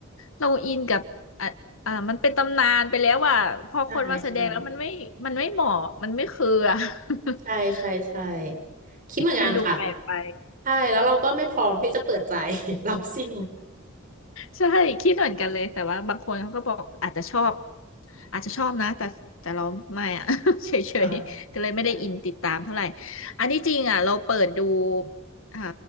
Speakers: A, on the left; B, on the right.
A: เราอินกับอ่ะอ่ามันเป็นตำนานไปแล้วว่าพอคนมาแสดงแล้วมันไม่มันไม่เหมาะมันไม่คืออ่ะ
B: ใช่ใช่
A: <laughs>
B: ใช่ใช่ใช่ใช่ใช่คิดเหมือนกันค่ะ
A: มันดูแปลกไป
B: ใช่แล้วเราก็ไม่พร้อมที่จะเปิดใจ <laughs> รับสิ่ง
A: ใช่คิดเหมือนกันเลยแต่ว่าบางคนเขาก็บอกอาจจะชอบอาจจะชอบนะแต่แต่เราไม่อะ <laughs> เฉยๆก็เลยไม่ได้อินติดตามเท่าไหร่
B: เออใช่
A: อันที่จริงอ่ะเราเปิดดูอ่า